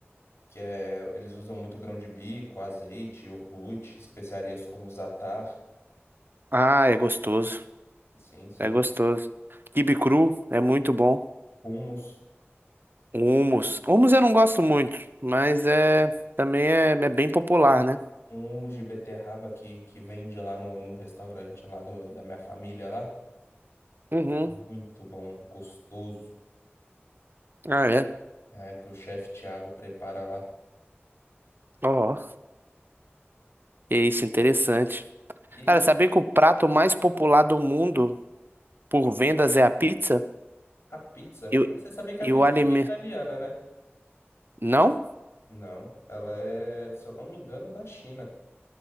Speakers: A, on the left (about 85°); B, on the right (about 50°).
A: que é, eles usam muito grão de bico, azeite, iogurte, especiarias como zatar,
B: ah, é gostoso.
A: sim, sim,
B: É gostoso. Quibe cru é muito bom.
A: hummus,
B: Hummus. Hummus eu não gosto muito, mas é também é, é bem popular, né?
A: um hummus de beterraba que, que vende lá no, no restaurante lá do, da minha família lá,
B: Uhum.
A: muito bom, gostoso,
B: Ah, é.
A: é, que o chefe Thiago prepara lá.
B: Ó, é isso, interessante.
A: E
B: Cara, saber que o prato mais popular do mundo por vendas é a pizza?
A: a pizza,
B: E,
A: mas
B: o-
A: você sabia que a pizza
B: e o alimento.
A: não é italiana, né?
B: Não?
A: Não, ela é, se eu não me engano, da China.